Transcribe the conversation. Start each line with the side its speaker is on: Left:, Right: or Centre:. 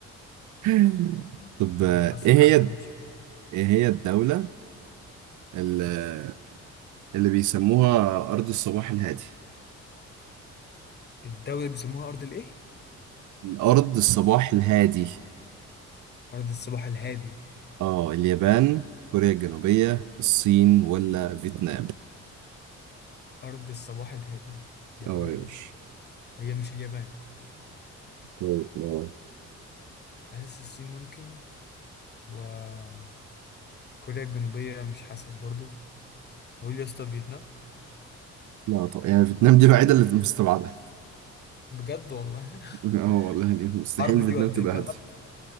Right: <laughs> طب
Left: يعني
Right: آه،
Left: حاسك
Right: ايه هي
Left: قعدت تمشي كده
Right: ايه هي الدولة اللي, اللي بيسموها أرض الصباح الهادي؟
Left: الدولة اللي بيسموها أرض الإيه؟
Right: أرض الصباح الهادي
Left: أرض الصباح الهادي
Right: اه اليابان كوريا الجنوبية الصين ولا فيتنام
Left: أرض الصباح الهادي يابان
Right: اه يا باشا
Left: هي مش اليابان
Right: طيب لا
Left: حاسس الصين ممكن وكوريا الجنوبية مش حاسس برضو هقول يا اسطى فيتنام
Right: لا طبعا يعني فيتنام دي الوحيدة اللي مستبعدة
Left: بجد والله
Right: <laughs> اه والله يعني
Left: <laughs>
Right: مستحيل
Left: حرب دي
Right: فيتنام
Left: ولا
Right: تبقى
Left: ايه فيها
Right: هادية
Left: حرب